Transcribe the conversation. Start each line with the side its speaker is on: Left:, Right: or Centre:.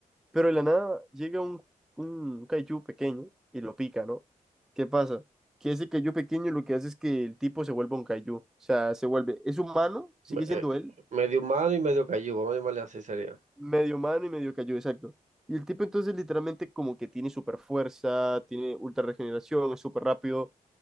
Centre: Pero de la nada llega un, un kaiju pequeño y lo pica, ¿no? ¿Qué pasa? Que ese kaiju pequeño lo que hace es que el tipo se vuelve un kaiju, o sea, se vuelve, es humano, sigue
Right: Me- eh,
Centre: siendo él,
Right: medio humano y medio cayú, vamos a llamarle así sería.
Centre: medio humano y medio kaiju, exacto. Y el tipo entonces literalmente como que tiene super fuerza, tiene ultra regeneración, es súper rápido,